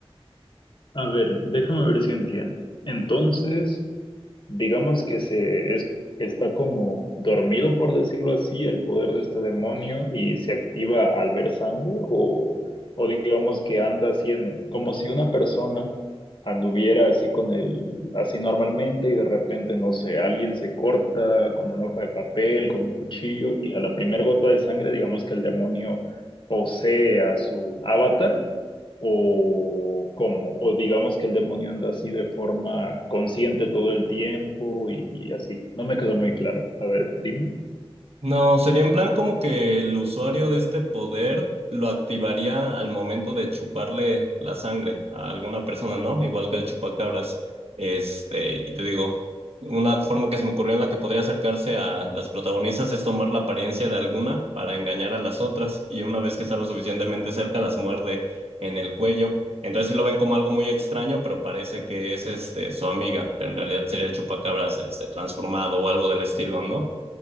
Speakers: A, on the left; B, on the right.
A: A ver, déjame ver si entiendo. Entonces, digamos que se es- está como dormido, por decirlo así, el poder de este demonio y se activa al ver sangre, o, o digamos que anda así en, como si una persona anduviera así con el, así normalmente y de repente, no sé, alguien se corta con un hoja de papel, con un cuchillo, y a la primera gota de sangre, digamos que el demonio posee a su avatar o cómo, o digamos que el demonio anda así de forma consciente todo el tiempo y así. No me quedó muy claro. A ver, dime.
B: No, sería en plan como que el usuario de este poder lo activaría al momento de chuparle la sangre a alguna persona, ¿no? Igual que el chupacabras. Este, y te digo, una forma que se me ocurrió en la que podría acercarse a las protagonistas es tomar la apariencia de alguna para engañar a las otras, y una vez que está lo suficientemente cerca, las muerde en el cuello. Entonces sí lo ven como algo muy extraño, pero parece que es este su amiga, pero en realidad sería el chupacabras este transformado o algo del estilo, ¿no?